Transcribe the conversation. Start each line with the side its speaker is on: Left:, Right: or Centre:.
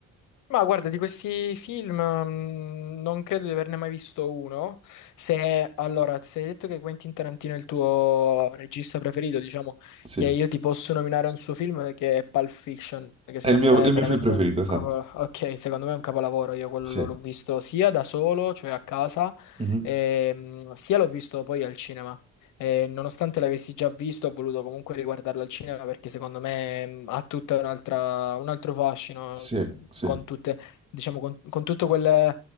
Left: Ma guarda, di questi film mm, non credo di averne mai visto uno. Se, allora, se hai detto che Quentin Tarantino è il tuo regista preferito, diciamo
Right: Sì,
Left: che io ti posso nominare un suo film che è Pulp Fiction, che secondo
Right: È il mio,
Left: me
Right: è
Left: è
Right: il mio
Left: veramente
Right: film preferito,
Left: un
Right: esatto.
Left: capolavoro. Ok, secondo me è un capolavoro. Io quello
Right: sì,
Left: l'ho l'ho visto sia da solo, cioè a casa,
Right: Mhm.
Left: e, mm, sia l'ho visto poi al cinema. E nonostante l'avessi già visto, ho voluto comunque riguardarlo al cinema perché secondo me mh, ha tutta un'altra, un altro fascino
Right: Sì,
Left: mh,
Right: sì,
Left: con tutte, diciamo, con, con tutto quel,